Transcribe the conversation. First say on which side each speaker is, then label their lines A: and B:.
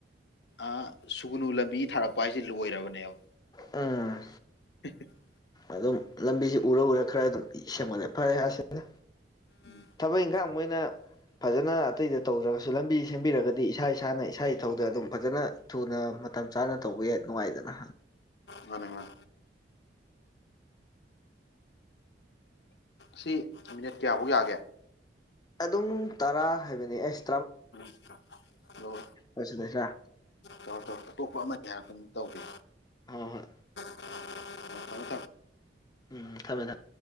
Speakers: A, on the left; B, on the left.
A: ꯑ ꯁꯨꯒꯨꯅꯨ ꯂꯝꯕꯤ ꯊꯥꯔꯛꯄ ꯍꯥꯏꯁꯦ ꯂꯣꯏꯔꯕꯅꯦꯕ
B: ꯎꯝ
A: <unintelligible>
B: ꯑꯗꯨꯝ ꯂꯝꯕꯤꯁꯤ ꯎꯔ ꯎꯔ ꯈꯔ ꯑꯗꯨꯝ ꯁꯦꯝꯒꯠꯂꯦ ꯐꯔꯦ ꯑꯁꯤꯅ
A: ꯎꯝ
B: ꯊꯕꯛ ꯏꯪꯈꯥꯡ ꯃꯣꯏꯅ ꯐꯖꯅ ꯑꯇꯩꯗ ꯇꯧꯗ꯭ꯔꯒꯁꯨ ꯂꯝꯕꯤ ꯁꯦꯝꯕꯤꯔꯒꯗꯤ ꯏꯁꯥ ꯏꯁꯥꯅ ꯏꯁꯥ ꯏꯊꯧꯗ ꯑꯗꯨꯝ ꯐꯖꯅ ꯊꯨꯅ ꯃꯇꯝ ꯆꯥꯅ ꯇꯧꯕ ꯌꯥꯏ ꯅꯨꯡꯉꯥꯏꯗꯅ
A: ꯃꯥꯅꯤ ꯃꯥꯅꯤ ꯁꯤ ꯃꯤꯅꯤꯠ ꯀꯌꯥꯕꯧ ꯌꯥꯒꯦ
B: ꯑꯗꯨꯝ ꯇꯔꯥ ꯍꯥꯏꯕꯅꯤ ꯑꯁ
A: ꯎꯝ ꯂꯣꯏ
B: ꯂꯣꯏꯁꯤꯜꯂꯁꯤꯔꯥ
A: ꯇꯣ ꯑꯇꯣꯞꯄ ꯑꯃ ꯌꯥ ꯑꯗꯨꯝ ꯇꯧꯒꯦ
B: ꯍ ꯍꯣꯏ
A: <inaudible> ꯊꯝꯃꯦ
B: ꯎꯝ ꯊꯝꯃꯦ ꯊꯝꯃꯦ